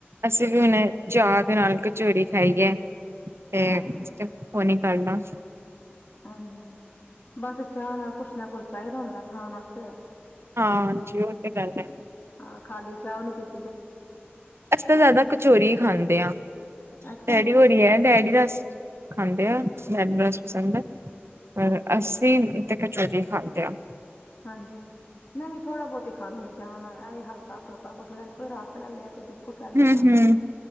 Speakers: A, on the right (about 75°); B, on the left (about 50°).
A: ਅਸੀਂ ਵੀ ਹੁਣੇ, ਚਾਹ ਦੇ ਨਾਲ ਕਚੋਰੀ ਖਾਦੀ ਹੈ। ਤੇ,
B: ਹਾਂਜੀ
A: ਫੋਨ ਈ ਕਰਦਾ।
B: ਹਾਂਜੀ, ਬਸ ਚਾਹ ਨਾਲ ਕੁਛ ਨਾ ਕੁਝ ਚਾਹੀਦਾ ਹੁੰਦਾ, ਖਾਣ ਵਾਸਤੇ।
A: ਹਾਂਜੀ ਉਹ ਤੇ ਗੱਲ ਹੈ
B: ਹਾਂ, ਖਾਲੀ ਚਾਹ ਨੀ ਪੀਤ
A: ਅਸੀਂ ਤਾਂ ਜ਼ਿਆਦਾ, ਕਚੋਰੀ ਹੀ ਖਾਂਦੇ ਹਾਂ।
B: ਅੱਛਾ
A: ਡੈਡੀ
B: ਜੀ
A: ਹੋਨੀ ਹੈ, ਡੈਡੀ ਰਸ ਖਾਂਦੇ ਆ। ਡੈਡੀ ਨੂੰ ਰਸ ਪਸੰਦ ਹੈ, ਪਰ
B: ਹਾਂਜੀ
A: ਅਸੀਂ ਅਸੀਂ ਤੇ ਕਚੋਰੀ ਖਾਂਦੇ ਆ।
B: ਹਾਂਜੀ। ਮੈਂ ਵੀ ਥੋੜਾ ਬਹੁਤਾ ਖਾਨਦੀ ਹਾਂ ਚਾਹ ਨਾਲ, ਐ ਮ ਵੀਂ ਹਲਕਾ- ਫੁਲਕਾ ਕੁਛ ਲੈ ਲਿਆ, ਕੋਈ ਰਸ ਲਿਆ, ਕੋਈ ਬਿਸਕੁਟ। ਬਿਸਕੁਟ ਲਿਆ,
A: ਹਮ